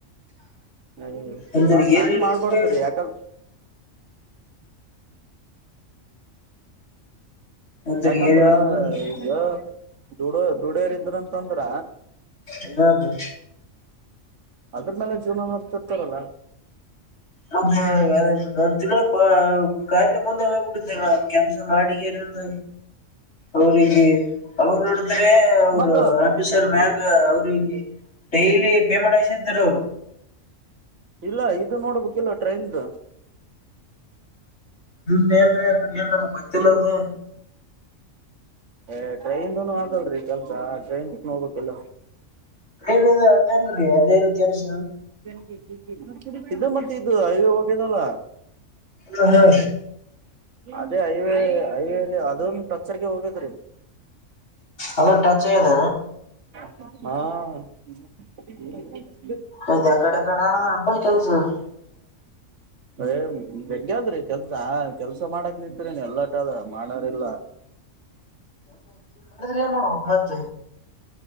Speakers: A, on the right (about 70°); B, on the left (about 65°).
A: ಅಯ್ಯೋ
B: ಅಂದ್ರ
A: ಹಂಗ
B: ಏನ್
A: ಹಂಗ
B: ಹೇಳ್ಬೇಕ್ರಿ
A: ಮಾಡ್ಬಾರಡ್ದ್ರಿ ಯಾಕಂದ
B: ಅಂದ್ರ
A: ಯಾಕಂದ್ರ
B: ಏನ್ ಹೇಳ್ಬೇಕನ್ರಿ
A: ಈಗ ದುಡೋ ದುಡಿಯರ್ ಇದ್ರ ಅಂತಂದ್ರ
B: ಇನಾನ
A: ಅಂದ್ರು ಮೇಲೆ ಜೀವನ ನೋಡ್ತಿರ್ತಾರಲ್ಲ
B: ಹೌದ ಒಂದ ತಿನ ಕಾಯಿಲೆ ಕುಂದಾಗ ಆಗ್ಬಿಡುತ್ತೆ ನ ಕೆಲ್ಸ ಮಾಡಗಾರಂದ ಅವರಿಗೆ ತರು ಆದ್ರೆ ಅವರು
A: ಮತ್ತ
B: ಆಫೀಸರ್ ಮ್ಯಾಗ ಅವ್ರ ಈ ಡೈಲಿ ಪೇಮಂಡ್ಸ್ದಾರ ಅವರು
A: ಇಲ್ಲ ಇದು ನೋಡ್ಬೇಕ ಇಲ್ಲ ಟ್ರೆಂಡ್
B: ತ ಏನ್ ಅ ಕಡೆ ನಮಗೆ ವತಲ್ಲ
A: ಏ ಟ್ರೈನ್ನು ಆಗಲ್ರಿ ಕೆಲ್ಸ ಟ್ರೈನ್ ನ ಹೋಗ್ಬೇಕಕ್ಲ್ಲ
B: ಇದದು ಅದಂಗ್ರೀ ಅದೇಲ್ಲಿ ಕೆಲ್ಸ
A: <unintelligible> ಇದು ಮಾಡರ್ದ್ದು ಈಗ ಹೋಗಿದ್ದಲ್ಲ
B: ಹ ಹಾ
A: ಅದೇ ಐಲ್ಲಿ ಅದನು ಟಚ್ಗಿ ಹೋಗದ್ರಿ
B: ಅದ ಡ ಚೇದನ
A: ಹಾ
B: ಅದ ಕಡೆ ಕಡೆ ಅಪಸ ಕ್ಲೇರ್
A: ಯ ಜಗ್ಗಿ ಕೆಲ್ಸ ಕೆಲ್ಸ ಮಾಡಕ್ ನಿತ್ರಿ ನೀ ಎಲ್ಲಟದ ಮಾಡರಿಿಲ್ಲ
B: ಯ ಮಾಡೋ ಮತ್ತ